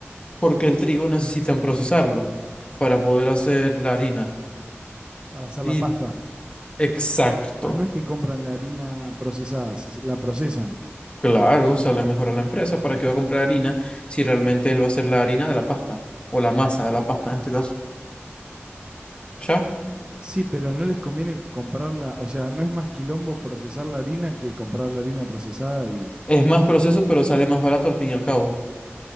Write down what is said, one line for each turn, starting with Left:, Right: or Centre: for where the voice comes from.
Left: porque el trigo necesitan procesarlo para poder hacer la harina.
Right: Para hacer la
Left: Y
Right: pasta.
Left: exacto.
Right: Ah, no es que compran la harina procesada, si se- la procesan.
Left: Claro, o sea, le mejora la empresa. ¿Para qué va a comprar harina si realmente él va a hacer la harina de la pasta o la masa de la pasta en este caso? Ya.
Right: Sí, pero no les conviene comprarla, o sea, no es más quilombo procesar la harina que comprar la harina procesada y...
Left: Es más proceso, pero sale más barato al fin y al cabo.